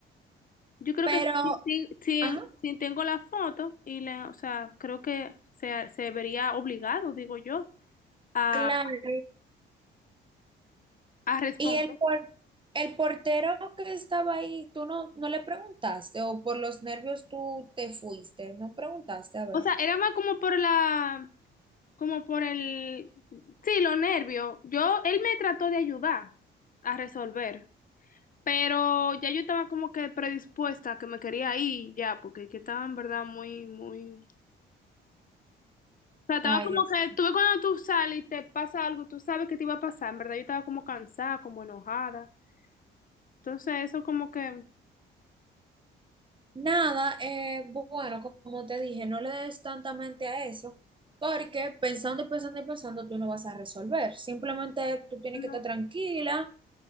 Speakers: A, on the left (about 45°); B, on the right (about 25°).
A: yo creo
B: Pero,
A: que sí, sí, sí-
B: ajá,
A: sí tengo la foto y le, o sea, creo que se, se vería obligado, digo yo, a,
B: claro.
A: a responder.
B: Y el, por- el portero que estaba ahí, tú no, no le preguntaste, o por los nervios tú te fuiste, no preguntaste, a ver.
A: O sea, era más como por la, como por el, sí, los nervios. Yo, él me trató de ayudar a resolver. Pero ya yo estaba como que predispuesta, a que me quería ir ya, porque que estaba en verdad muy, muy... O sea, estaba
B: Ay,
A: como
B: Dios.
A: que, tú ves cuando tú sales y te pasa algo, tú sabes que te iba a pasar, en verdad yo estaba como cansada, como enojada. Entonces eso como que...
B: Nada, eh, bueno, como te dije, no le des tanta mente a eso, porque pensando y pensando y pensando, tú no vas a resolver. Simplemente tú tienes
A: no.
B: que estar tranquila